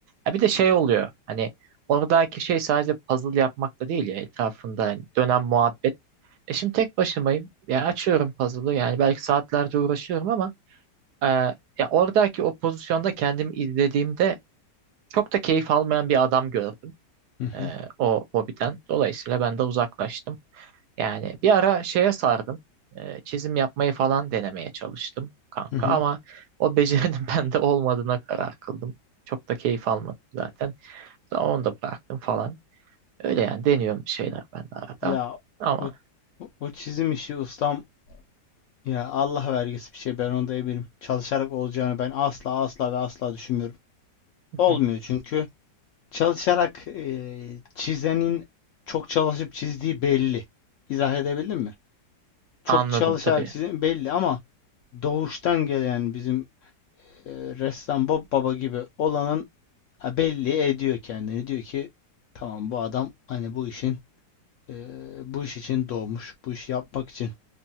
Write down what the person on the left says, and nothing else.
Hı hı.
Hı hı.
Ya
o, o, o çizim işi ustam ya Allah vergisi bir şey ben onda eminim. Çalışarak olacağını ben asla asla ve asla düşünmüyorum.
Olmuyor çünkü çalışarak e, çizenin çok çalışıp çizdiği belli. İzah edebildim mi? Çok
çalışarak
çizdiği belli ama doğuştan gelen bizim e, ressam Bob Baba gibi olanın Ha, belli ediyor kendini. Diyor ki tamam bu adam hani bu işin eee, bu iş için doğmuş. Bu işi yapmak için.